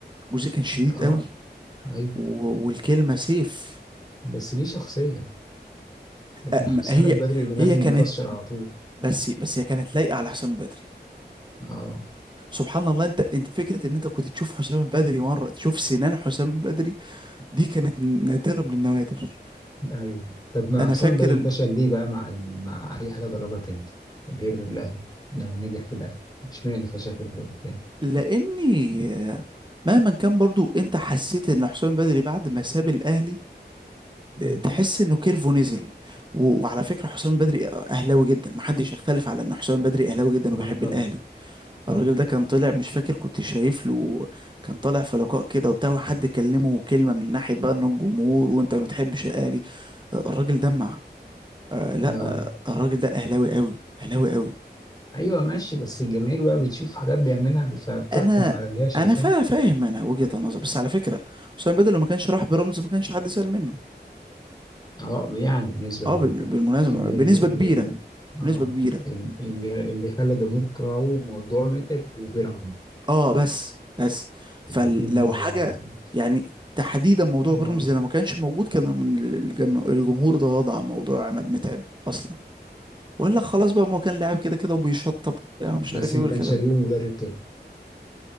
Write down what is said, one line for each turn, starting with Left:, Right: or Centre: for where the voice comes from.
Right: جوزيه كان شديد
Left: اه
Right: قوي
Left: ايوه
Right: و- والكلمه سيف
Left: بس ليه شخصية لكن
Right: أ- م-
Left: <laughs> حسام
Right: هي
Left: البدري بينزل
Right: هي كانت
Left: مكشر على طول
Right: بس بس هي كانت لايقه على حسام البدري
Left: اه
Right: سبحان الله انت انت فكره ان انت كنت تشوف حسام البدري مره تشوف سنان حسام البدري دي كانت نادره من النوادر
Left: ايوه طب ما
Right: انا
Left: حسام
Right: فاكر
Left: البدري
Right: ان
Left: فشل ليه بقى مع ال... مع اي حاجة دربها تاني غير الاهلي لو نجح في الاهلي اشمعنى فشل في الفريق التاني
Right: لاني آه، مهما كان برضو انت حسيت ان حسام البدري بعد ما ساب الاهلي
Left: مم.
Right: آه، تحس انه كيرفو نزل و- وعلى فكره حسام البدري اهلاوي جدا محدش يختلف على ان حسام البدري اهلاوي جدا
Left: اه
Right: وبيحب
Left: طبعا
Right: الاهلي
Left: طبعا
Right: الراجل ده كان طلع مش فاكر كنت شايف له كان طالع في لقاء كده وبتاع وحد كلمه كلمه من ناحيه بقى ان الجمهور وانت ما بتحبش الاهلي آه، الراجل دمع آه لا
Left: اه
Right: آه، الراجل ده اهلاوي قوي اهلاوي قوي
Left: ايوه ماشي بس الجماهير بقى بتشوف حاجات بيعملها فبتحكم
Right: انا
Left: على اللي هي شايفاها
Right: انا فا فاهم انا وجهة النظر بس على فكرة حسام بدر لو ما كانش راح برمز ما كانش حد سأل منه
Left: اه يعني بنسبة
Right: اه
Left: كبيرة
Right: بال-
Left: طبعا
Right: بالمناسبة
Left: لكن هي
Right: بنسبة
Left: ال ال
Right: كبيرة
Left: ال اه
Right: بنسبة كبيرة
Left: ال- اللي اللي خلى الجمهور يكرهه موضوع متعب وبيراميدز
Right: اه بس بس فلو
Left: الاثنين مع
Right: حاجة
Left: بعض كده.
Right: يعني تحديدا موضوع برمز
Left: اه
Right: ده لو ما كانش موجود كان من الجم... الجمهور اتغاضى عن موضوع عماد متعب اصلا ولا خلاص بقى ما هو كان لاعب كده كده وبيشطب وبتاع ومش
Left: بس
Right: عارف ايه
Left: ما
Right: والكلام
Left: كانش هيجيبوا
Right: ده
Left: مدرب تاني